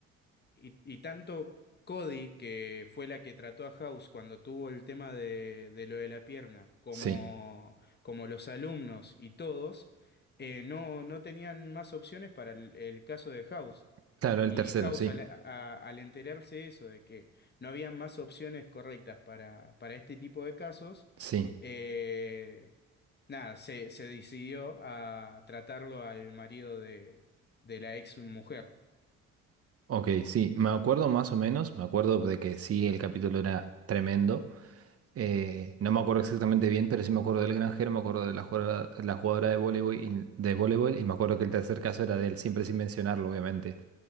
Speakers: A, on the left; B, on the right.
A: Y, y tanto Cody, que fue la que trató a House cuando tuvo el tema de, de lo de la pierna, como,
B: sí.
A: como los alumnos y todos, eh, no, no tenían más opciones para el, el caso de House.
B: Claro, el
A: Y
B: tercero,
A: House,
B: sí.
A: al, a- al enterarse de eso, de que no había más opciones correctas para, para este tipo de casos,
B: Sí.
A: eh, nada, se, se decidió a tratarlo al marido de, de la ex mujer.
B: Ok, sí. Me acuerdo más o menos. Me acuerdo de que sí, el capítulo era tremendo. Eh, no me acuerdo exactamente bien, pero sí me acuerdo del granjero, me acuerdo de la jugadora, la jugadora de voleibol y, de voleibol, y me acuerdo que el tercer caso era de él, siempre sin mencionarlo, obviamente.